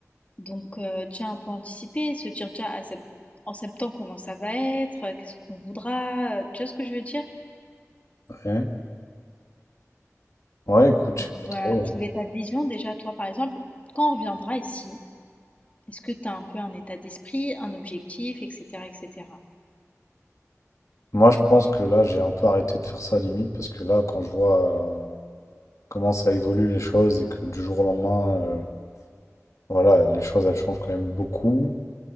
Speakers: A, on the left; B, on the left.
A: Donc, euh, déjà un peu anticiper, se dire déjà à sep- en septembre comment ça va être, euh, qu'est-ce qu'on voudra, euh, tu vois ce que je veux dire?
B: Ouais, Ouais, écoute, je
A: Donc
B: sais pas
A: voilà,
B: trop.
A: je voulais
B: hein.
A: ta vision déjà, toi par exemple, quand on reviendra ici, est-ce que tu as un peu un état d'esprit, un objectif, etc., etc.
B: Moi, je pense que là, j'ai un peu arrêté de faire ça limite parce que là, quand je vois euh, comment ça évolue les choses et que du jour au lendemain, euh, voilà, les choses, elles changent quand même beaucoup,